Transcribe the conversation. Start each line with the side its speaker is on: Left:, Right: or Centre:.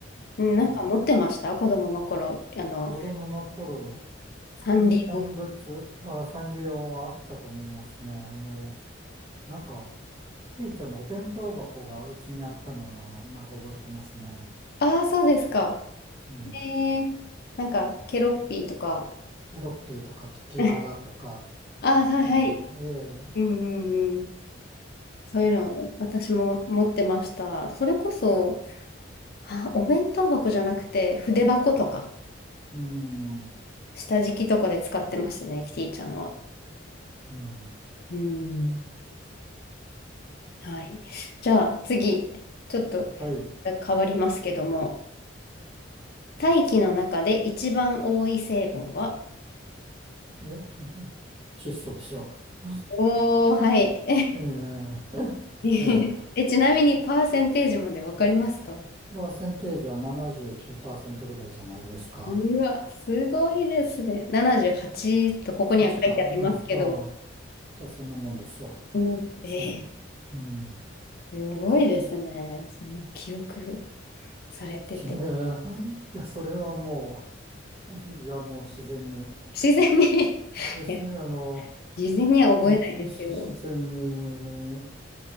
Left: うんなんか持ってました、
Right: うん
Left: 子供の頃。あの、
Right: 子供の頃、
Left: サンリオ。
Right: キーちゃんグッズ、あ、サンリオあったと思いますね。あの、なんか、キティちゃんのお弁当箱がうちにあったのは、なんか覚えてますね。
Left: ああ、そうですか。
Right: うん。
Left: えー、なんか、ケロッピーとか。
Right: ケロッピーとかキキララとか
Left: <laughs> あ、はいはい。
Right: あります。ええ
Left: うんうんうん。そういうの、私も持ってました。それこそ、あ、お弁当箱じゃなくて、筆箱とか、
Right: うん、う
Left: 下敷きとかで使ってましたね、キティちゃんは。
Right: ん。
Left: うん。はい。じゃあ、次、ちょっと
Right: はい。
Left: 変わりますけども、大気の中で一番多い成分は
Right: え、<laughs> 窒素でしょう。
Left: おー、はい。
Right: え
Left: <laughs>
Right: えええ
Left: え、ちなみに、パーセンテージまでわかりますか
Right: パーセンテージは79%ぐらいじゃないですか。
Left: うわ、すごいですね。78とここには書いてありますけど、
Right: 8か。ああ、ああじゃあそんなもんですよ。
Left: うんえー、
Right: そんな、うん。
Left: すごいですね。そんな記憶されてて。
Right: いやいやいや、いやそれはもう、いや、もう自然に、
Left: 自然に <laughs> いや、
Right: ししあの、
Left: 自然には覚えないですよ。
Right: に、自然に、